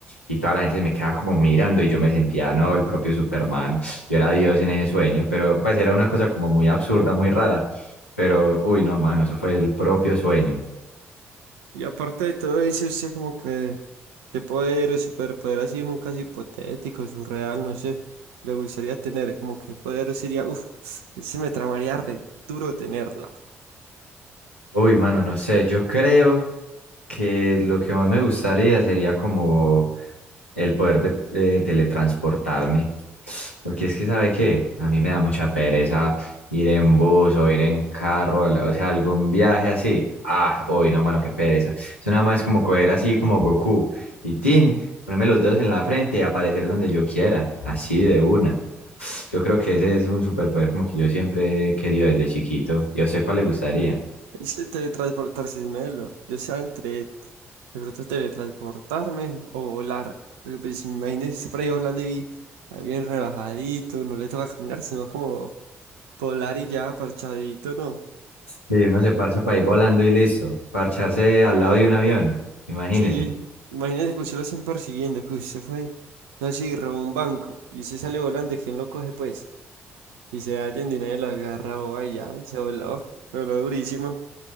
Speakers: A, on the left; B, on the right.
A: y toda la gente se me quedaba como mirando y yo me sentía, no, el propio Superman yo era Dios en ese sueño, pero pues era una cosa como muy absurda, muy rara, pero uy, no, mano, eso fue el propio sueño.
B: Y aparte de todo eso, usted como que, qué poder o superpoder así en un caso hipotético, surreal, no sé, le gustaría tener, como qué poder sería, uff, ese me tramaría re duro tenerlo. <laughs>
A: Uy, mano, no sé, yo creo que lo que más me gustaría sería como el poder de, eh, teletransportarme, porque es que, ¿sabe qué? A mí me da mucha pereza ir en bus o ir en carro, al- o sea, algún viaje así. Ah, uy, no, mano, qué pereza. Eso nada más es como coger así como Goku y Tin, ponerme los dedos en la frente y aparecer donde yo quiera, así de una. Yo creo que ese es un superpoder como que yo siempre he querido desde chiquito. ¿Y a usted cuál le gustaría?
B: Ese teletransportarse es melo, yo sea entre, de pronto teletransportarme o volar, porque pues imagínese usted por ahí volando y ahí bien relajadito, no le toca caminar, sino como volar y ya, parchadito, ¿no?
A: Sí, uno se parcha para ir volando y listo. Parcharse al lado de un avión, imagínese.
B: Sí, imagínese que usted lo estén persiguiendo, que usted fue, no sé, y robó un banco y usted sale volando, ¿y ¿quién lo coge pues? Y se halla en nadie lo agarra, o ay, ya, se voló, se voló durísimo,